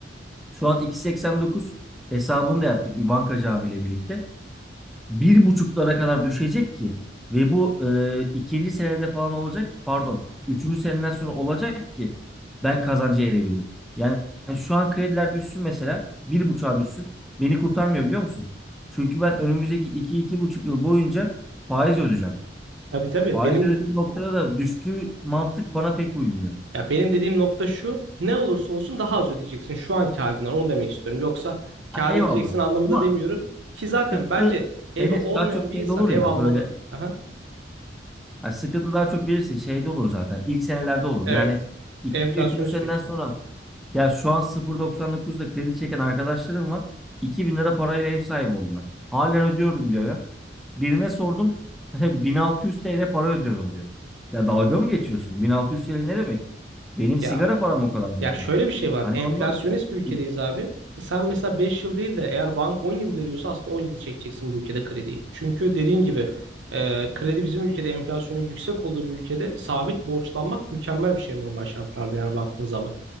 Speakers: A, in the centre; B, on the right.
A: Şu an 2.89 hesabını da yaptık bir bankacı abiyle birlikte. Bir buçuklara kadar düşecek ki ve bu e, ikinci senede falan olacak ki pardon üçüncü seneden sonra olacak ki ben kazancı erebileyim. Yani şu an krediler düşsün mesela bir buçuğa düşsün beni kurtarmıyor biliyor musun? Çünkü ben önümüzdeki iki iki buçuk yıl boyunca faiz ödeyeceğim.
B: Tabii tabii.
A: Faiz
B: Benim
A: ödediğim noktada da düştüğü mantık bana pek uymuyor.
B: Ya benim dediğim nokta şu, ne olursa olsun daha az ödeyeceksin şu anki halinden, onu demek istiyorum. Yoksa
A: Ha,
B: kâr
A: eyvallah.
B: edeceksin anlamında
A: Ama
B: demiyorum ki zaten
A: sıkıntı
B: bence evi
A: Enes
B: olmayan
A: daha çok
B: bir
A: şey
B: insan
A: olur
B: ev
A: ya
B: almalı.
A: böyle
B: Aha,
A: Ha, sıkıntı daha çok bilirsin şeyde olur zaten. İlk senelerde olur.
B: evet,
A: Yani ikinci,
B: Enflasyonu
A: üçüncü seneden
B: sürüklüyor.
A: sonra ya şu an 0.99'da kredi çeken arkadaşlarım var. iki bin lira parayla ev sahibi oldular. Halen ödüyorum diyor ya. Birine sordum <laughs> 1600 TL para ödüyorum diyor. Ya dalga mı geçiyorsun? 1600 TL ne demek? Benim sigara
B: Ya
A: param o kadar zaten.
B: Ya şöyle bir şey var.
A: Hani
B: Enflasyonist
A: ondan
B: bir ülkedeyiz
A: e,
B: abi. E sen mesela 5 yıl değil de eğer bank 10 yıl veriyorsa aslında 10 yıl çekeceksin bu ülkede krediyi. Çünkü dediğin gibi e, kredi bizim ülkede enflasyonun yüksek olduğu bir ülkede sabit borçlanmak mükemmel bir şey normal şartlarda yani baktığın zaman.